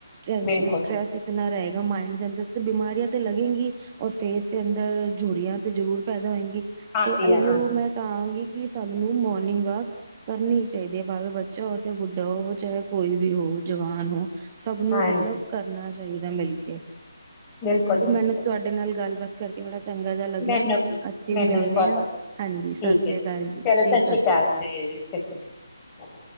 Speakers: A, on the right; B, on the left.
A: ਟੈਂਨਸ਼ਨ,
B: ਬਿਲਕੁਲ
A: ਸਟ੍ਰੈਸ ਇਤਨਾ ਰਹੇ ਦੋ ਮਾਇੰਡ ਦੇ ਅੰਦਰ ਤੇ, ਬਿਮਾਰੀਆਂ ਤੇ ਲੱਗੇਗੀ। ਔਰ ਫੇਸ ਦੇ ਅੰਦਰ। ਝੂਰੀਆਂ ਤੇ ਜ਼ਰੂਰ ਪੈਦਾ ਹੋਏ
B: ਆਉਂਦੀ
A: ਤ, ਅਓ
B: ਆ ਆਉਂਦੀ
A: ਮੈਂ ਕਹਾਂਗੀ। ਕਿ ਸਭ ਨੂੰ ਮੋਰਨਿੰਗ ਵਾਕ ਕਰਨੀ ਚਾਹੀਦੀ ਹੈ, ਭਵੇਂ ਬ। ਚੋ ਤੇ ਬੁੱਢਾ, ਚਾਹੇ। ਕੋਈ ਵੀ ਹੋ, ਜਵਾਨ ਹੋ। ਸਭ ਨੂੰ
B: ਹਾਂ
A: ਮਤਲਬ ਕਰਨਾ। ਚਾਹੀਦੈ ਮਿਲ ਕੇ
B: ਬਿਲਕੁਲ
A: ਚਲੋ
B: ਬਿਲਕੁਲ
A: ਮੈਨੂੰ ਤੁਹਾਡੇ ਨਾਲ ਗੱਲਬਾਤ ਕਰਕੇ ਬੜਾ ਚੰਗਾ ਜਿਹਾ ਲੱਗਿਆ।
B: ਮੈਨੂੰ ਵੀ
A: ਅਸੀਂ
B: ਮੈਨੂੰ
A: ਮਿਲਣੇ
B: ਵੀ ਬਹੁਤ
A: ਆ।
B: ਵਧੀਆ
A: ਹਾਂਜੀ
B: ਠੀਕ
A: ਸਤਿ ਸ੍ਰੀ
B: ਹੈ ਜੀ
A: ਅਕਾਲ
B: ਚਲੋ
A: ਜੀ
B: ਸਤਿ ਸ੍ਰੀ ਅਕਾਲ ਜੀ ਸਤਿ ਸ਼੍ਰੀ